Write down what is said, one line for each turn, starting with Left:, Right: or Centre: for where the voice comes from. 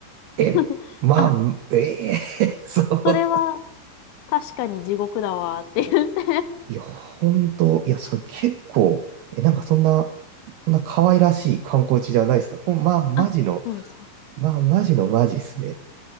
Right: え、
Left: <laughs>
Right: まあ、
Left: あ、
Right: ええ、そう。
Left: それは確かに地獄だわーって言って
Right: いや、本当いや、それ結構、え、なんかそんな、そんな可愛らしい観光地じゃないですね。ほんまあ、マジの、
Left: あ、そうそ
Right: まあ、マジのマジですね。